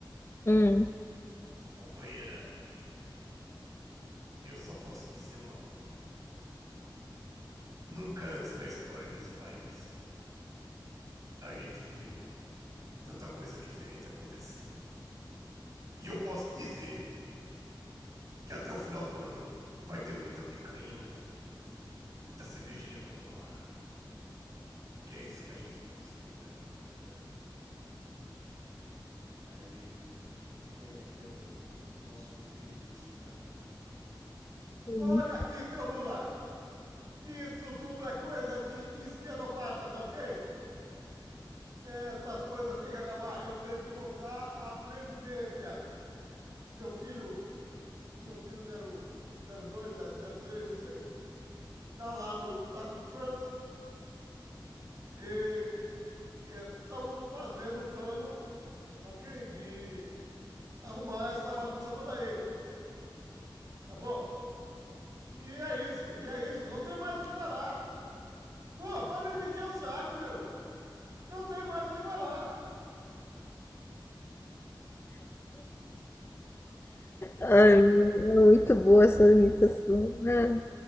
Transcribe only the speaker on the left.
Hum.
Hum.
Ai, é muito boa essa imitação. Ah.